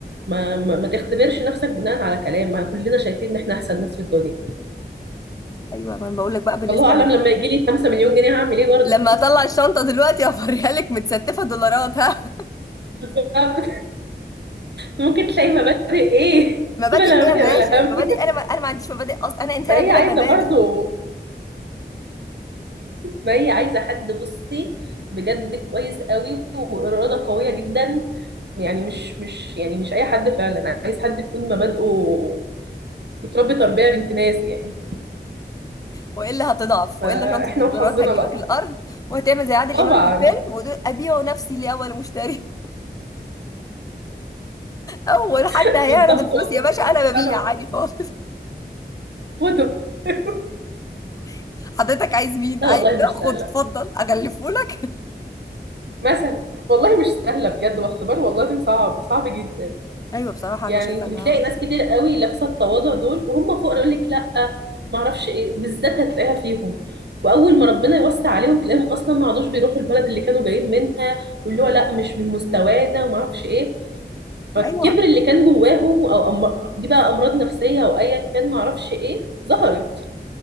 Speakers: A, on the right; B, on the left.
A: ما, ما, ما تختبرش نفسك بناء على كلام ما كلنا شايفين ان احنا احسن ناس في الدنيا
B: ايوه ما انا بقول لك بقى بالنسبه
A: الله اعلم
B: ل...
A: لما يجي لي 5 مليون جنيه هعمل ايه برضه
B: لما اطلع الشنطه دلوقتي <laughs> افريها لك متستفه دولارات ها
A: <laughs> ممكن تلاقي مبادئ ايه
B: <laughs>
A: <laughs>
B: مبادئ
A: بلا
B: ايه
A: مبادئ
B: يا باشا
A: ولا
B: مبادئ
A: هم
B: انا ما... انا ما عنديش مبادئ اصلا انا انسانه
A: فهي
B: بلا
A: عايزه
B: مبادئ
A: برضه ما هي عايزة حد بصي بجد كويس قوي وإرادة قوية جدا يعني مش مش يعني مش أي حد فعلا عايز حد يكون مبادئه متربي تربية بنت ناس يعني
B: والا هتضعف
A: فإحنا
B: والا شنطه الدولارات
A: وحظنا
B: هتجيبك
A: بقى
B: الارض وهتعمل زي عادل
A: طبعا
B: امام في الفيلم وتقول ابيع نفسي لاول مشتري اول حد
A: <laughs>
B: هيعرض
A: بالظبط
B: الفلوس
A: والله
B: يا باشا
A: طب
B: انا
A: مش
B: ببيع
A: سهلة
B: عادي خالص
A: فوتو <laughs>
B: <laughs> حضرتك عايز مين
A: لا
B: عايز
A: والله
B: ده
A: مش سهلة
B: خد اتفضل اغلفه لك
A: مثلا والله مش سهلة بجد واختبار والله العظيم صعب صعب جدا
B: <laughs> ايوه بصراحه
A: يعني
B: انا شايفه
A: انت
B: انها
A: بتلاقي ناس كتير قوي لابسه التواضع دول وهم فقراء يقول لك لا ما اعرفش ايه بالذات هتلاقيها فيهم واول ما ربنا يوسع عليهم تلاقيهم اصلا ما عادوش بيروحوا البلد اللي كانوا جايين منها واللي هو لا مش من مستوانا وما اعرفش ايه فالكبر
B: ايوه
A: اللي كان جواهم او أم... دي بقى امراض نفسيه او ايا كان ما اعرفش ايه ظهرت